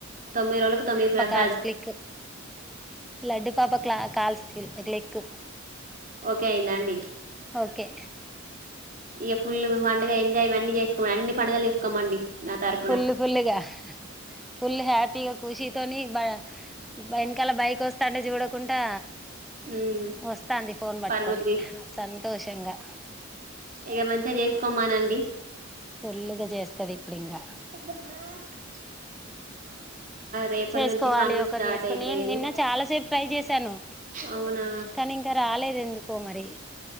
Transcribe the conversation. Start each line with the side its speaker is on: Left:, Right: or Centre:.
Right: తొమ్మిది రోజులకు తొమ్మిది ప్లస్
Centre: కల్స్ క్లిక్ లడ్డు పాప క్ల కల్స్ క్లి క్లిక్
Right: ఓకే అయిందా అండి
Centre: ఓకే
Right: ఇగ ఫుల్‌ గా పండుగ ఎంజాయ్ ఇవన్నీ చేసుకొ అన్ని పండుగలు చేసుకొనిపోండి నా తరపున
Centre: ఫుల్ ఫుల్గా ఫుల్ హపీగా కుషితోని బ బన్ తల బైక్ వస్తాంటే చూడకుండా
Right: ఉమ్,
Centre: వస్తాంది ఫోన్ పట్టుకొని
Right: పరుగులు
Centre: సంతోషంగా
Right: ఇగ మంచిగా చేసుకోమనండి
Centre: ఫుల్లుగా చేస్తది ఇప్పుడు ఇంగా
Right: ఆ రేపటి
Centre: చేసుకోవాలి
Right: నుంచి పనులు
Centre: ఒకరు
Right: స్టార్ట్
Centre: చేసుకోని
Right: అయితాయని
Centre: నేను నిన్న చాలాసేపు ట్రై చేశాను ను
Right: అవునా
Centre: కానీ ఇంక రాలేదు ఎందుకో మరి